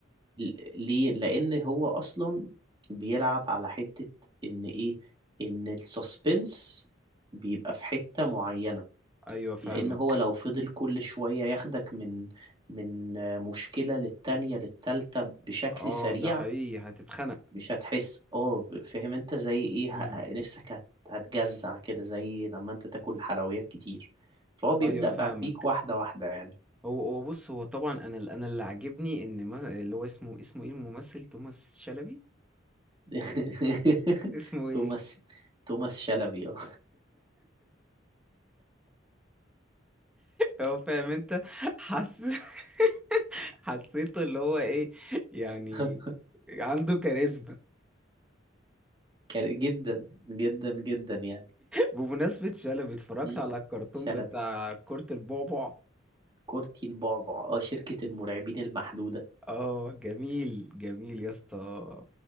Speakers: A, on the right; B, in the centre.
A: ل- ليه لان هو اصلا بيلعب على حتة ان ايه ان السسبنس بيبقى في حتة معينة
B: ايوه فاهمك
A: لان هو لو فضل كل شوية ياخدك من من آه، مشكلة للتانية للتالتة بشكل
B: اه
A: سريع
B: ده حقيقي هتتخنق
A: مش هتحس اه فاهم انت زي ايه ه-
B: مم.
A: ه- نفسك هت- هتجزع كده زي لما انت تاكل حلويات كتير فهو بيبدأ
B: ايوه فاهمك
A: بع- بيك واحدة واحدة يعني
B: هو هو بص هو طبعا انا ال- انا اللي عاجبني ان ما اللي هو اسمه اسمه ايه الممثل توماس شلبي
A: <laughs>
B: اسمه ايه
A: توماس توماس شلبي اه
B: هو فاهم انت حس <laughs> حسيته اللي هو ايه يعني
A: <laughs>
B: عنده كاريزما
A: كان جدا جدا جدا يعني
B: بمناسبة شلبي اتفرجت
A: مم.
B: على الكرتون
A: شلبي
B: بتاع كرة البعبع
A: كورتي البعبع اه شركة المرعبين المحدودة
B: اه جميل جميل يا اسطى